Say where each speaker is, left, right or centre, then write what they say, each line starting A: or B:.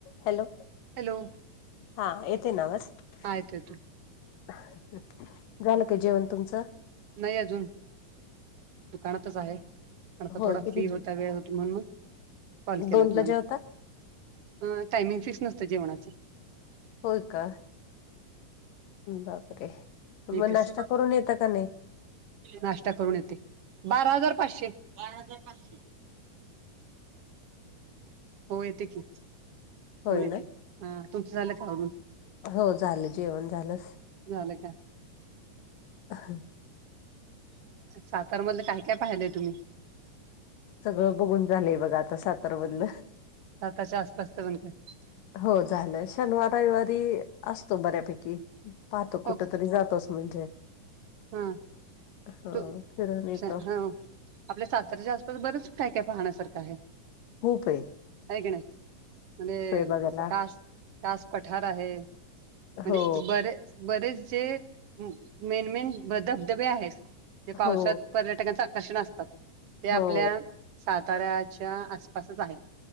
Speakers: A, on the left (about 85°); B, on the right (about 65°).
A: Hello.
B: Hello.
A: हा येते ना आवाज.
B: हा येतो येतो.
A: <inaudible> झालं काय जेवण तुमचं.
B: नाही अजून दुकानातच आहे. पणता
A: होय
B: थोडा
A: किती
B: फ्री होता वेळ हो म्हण मग. कॉल केला
A: दोन
B: तुम्हाला,
A: ला जेवतात
B: हम्म टाइमिंग फिक्स नसतं जेवणाच.
A: होय का. बापरे मग
B: एकच
A: नाश्ता करून येतं का नाही
B: नाश्ता करून येते बारा हजार पाचशे बारा हजार पाचशे हो येते की होऊन
A: होय
B: येते
A: ना
B: ह तुमचं झालं का अगून
A: हो झालं जेवण झालं.
B: झालं का
A: <unintelligible>
B: सातारामधले काय काय पाहिलंय तुम्ही?
A: सगळं बघून झालंय बघा आता सातार बधल.
B: सातच्या आसपासचं पण काय
A: हो झालं शनवार रविवारी असतो बऱ्यापैकी पाहतो
B: हो
A: कुठ
B: का
A: तरी जातोस म्हणजे
B: हा
A: ह
B: तू
A: फिरून येतो
B: हा आपल्या सातऱ्याच्या बरेच काय काय पाहण्यासारखं आहे
A: खूपे
B: ऐ क ना म्हजे
A: बघायला
B: कास कास पठार आहे म्हणजे
A: हो
B: बर बरेच जे मेन मेन धबधबे आहेत ते पावसात
A: हो
B: पर्यटकांच आकर्षण असतात ते
A: हो
B: आपल्या साताऱ्याच्या आसपासच आहेत